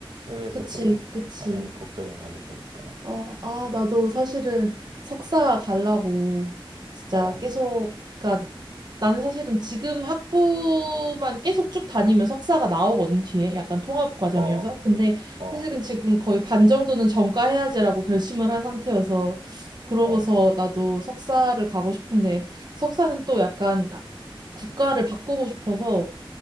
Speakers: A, on the right; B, on the right.
A: 해외에서
B: 그치,
A: 또
B: 그치.
A: 하면 걱정이 많이 되니까.
B: 어, 아, 나도 사실은 석사 가려고 진짜
A: 어,
B: 계속, 그니까 나는 사실은 지금 학부만 계속 쭉 다니면 석사가 나오거든, 뒤에. 약간 통합 과정이어서.
A: 어,
B: 근데
A: 어,
B: 사실은 지금 거의 반 정도는 전과해야지라고 결심을 한 상태여서 그러고서
A: 어,
B: 나도 석사를 가고 싶은데 석사는 또 약간 국가를 바꾸고 싶어서